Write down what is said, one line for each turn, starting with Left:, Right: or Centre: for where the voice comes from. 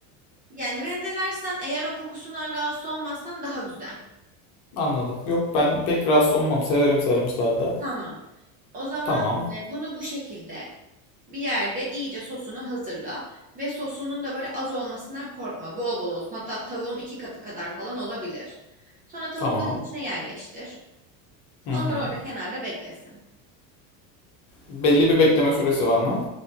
Right: yani rendelersen eğer o kokusundan rahatsız olmazsan daha güzel.
Left: Anladım. Yok ben pek rahatsız olmam. Severim sarımsağı da.
Right: Tamam. O zaman
Left: Tamam.
Right: e, bunu bu şekilde bir yerde iyice sosunu hazırla ve sosunun da böyle az olmasından korkma. Bol bol olsun. Hatta tavuğun iki katı kadar falan olabilir. Sonra tavukları
Left: Tamam.
Right: içine yerleştir.
Left: Hı hı.
Right: Onlar orada kenarda beklesin.
Left: Belli bir bekleme süresi var mı?